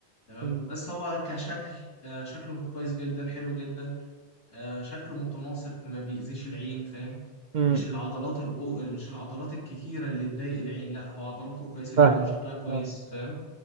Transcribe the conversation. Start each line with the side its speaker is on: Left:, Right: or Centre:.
Left: تمام
Right: أمم،
Left: بس هو كشكل آه، شكله كويس جدا حلو جدا آه، شكله متناسق ما بيأذيش العين فاهم
Right: أمم،
Left: مش العضلات الأو... مش العضلات الكتيرة اللي تضايق العين لا هو عضلاته كويسة
Right: فاهمة
Left: جدا وشكلها كويس
Right: اه
Left: فاهم